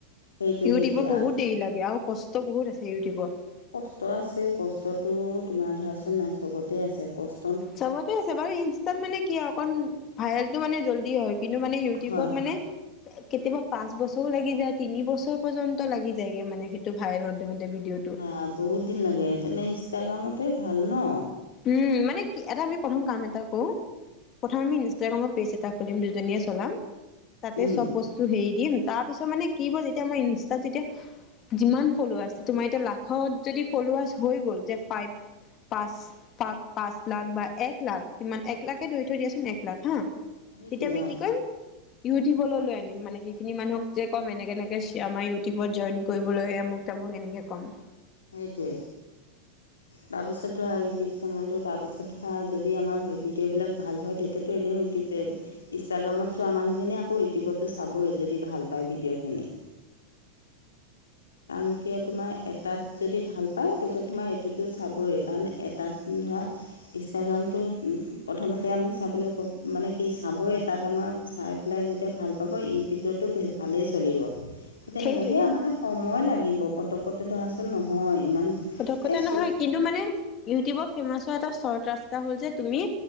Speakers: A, on the left (about 70°); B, on the left (about 30°).
A: সেইটোৱে
B: ইউটিউবৰ
A: সেইটোৱে আৰু
B: বহুত দেৰি লাগে আৰু কষ্ট বহুত আছে ইউটিউবত।
A: কষ্ট আছে কষ্টটো তোমাৰ ধৰাচোন নাকচবতে আছে কচ
B: চবতে আছে বাৰু ইনষ্টাত মানে কি অকন ভাইৰেলটো মানে জল্দি হয় কিন্তু মানে ইউটিউবত
A: হয়।
B: মানে কেতিয়াবা পাঁচ বছৰো লাগি যায় তিনি বছৰ পৰ্যন্ত লাগি যায়গে মানে সেইটো ভাইৰেল হওঁতে হওঁতে ভিডিঅ' টো।
A: আ বহুত দিন লাগে তেনে ইনষ্টাগ্ৰামতে ভাল ন।
B: উম মানে কি এটা আমি প্ৰথম কাম এটা কৰো প্ৰথমে আমি ইনষ্টাগ্ৰামৰ পেজ এটা খুলিম দুজনীয়ে চলাম তাতে
A: উম।
B: চব বস্ তো হেৰি দিম তাৰ পিছত মানে কি ব যেতিয়া আমাৰ ইনষ্টাত যেতিয়া যিমান ফলাৰছ তোমাৰ এতিয়া লাখত যদি ফলাৰ হৈ গ'ল যে ফাইভ পাঁচ পাক পাঁচ লাখ বা এক লাখ কিমান এক লাখে ধৰি থৈ দিয়াচোন এক লাখ হা।
A: সেইটোৱে
B: তেতিয়া আমি
A: অ
B: কি কৰিম? ইউটিউবলৈ লৈ আনিম মানে সেইখিনি মানুহক যে ক'ম এনেকে এনেকে চেয়েৰ মাৰি ইউটিউবত জইন কৰিবলৈ আমোক তামোক এনেকে ক'ম।
A: সেইটোৱে তাৰপাছত ধৰা ইউটিউব চেনেলটো তাৰপাছত ধৰা যদি আমাৰ ভিডিঅ'বিলাক ভাল হয় তেতিয়া টো এনেই উঠি যাব। <unintelligible> ইষ্টাগ্ৰামত চোৱা মানুহখিনিয় আকৌ ইউটিউবতো চাবই যদি ভাল পায় ভিডিঅ'খিনি৷ কাৰণ কিয় তোমাৰ এটাত যদি ভাল পায় তেতিয়া তোমাৰ এইটোতো চাবই কাৰণ এটাত ধৰা ইনষ্টাগ্ৰামটো প্ৰথমতে আমি চাবলৈ কম মানে কি চাবই তাত আমাৰ চাই পেলাই যেতিয়া ভাল পাব ইউটিউবতো ভালেই চলিব। সেই তেনেকে
B: সেইটোৱে
A: সেয়া মানে সময় লাগিব পতকতে ধৰাচোন নহয় ইমান
B: পতককতে
A: এই
B: নহয়
A: চব
B: কিন্তু মানে ইউটিউবৰ ফেমাচ হোৱা এটা চৰ্ত ৰাস্তা হল যে তুমি